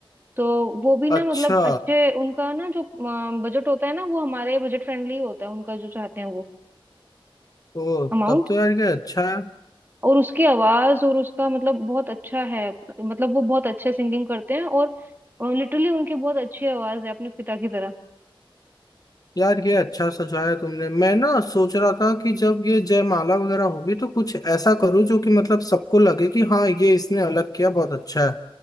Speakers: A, on the right; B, on the left.
A: तो वो भी ना
B: अच्छा
A: मतलब अच्छे उनका ना जो बजट होता है ना वो हमारे बजट फ्रेंडली होता है उनका जो चाहते हैं
B: ओ
A: वो
B: तब तो यार ये अच्छा है
A: और उसकी आवाज और उसका मतलब बहुत अच्छा है मतलब वो बहुत अच्छे सिंगिंग करते हैं और लिटरली उनकी बहुत अच्छी आवाज है अपने पिता की तरह
B: यार ये अच्छा सजाया तुमने मैं ना सोच रहा था कि जब ये जयमाला वगैरह होगी तो कुछ ऐसा करूँ जो कि मतलब सबको लगे कि हाँ ये इसने अलग किया बहुत अच्छा है